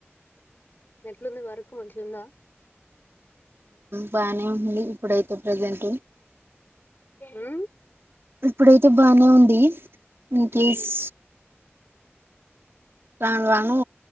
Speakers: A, on the left; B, on the right.
A: ఏట్లుంది వర్కు మంచిగుందా
B: బానే ఉంది ఇప్పుడైతే ప్రజెంట్
A: ఉ
B: ఇప్పుడైతే బానే ఉంది ఇన్ కేస్
A: మ్మ్.
B: రాను రాను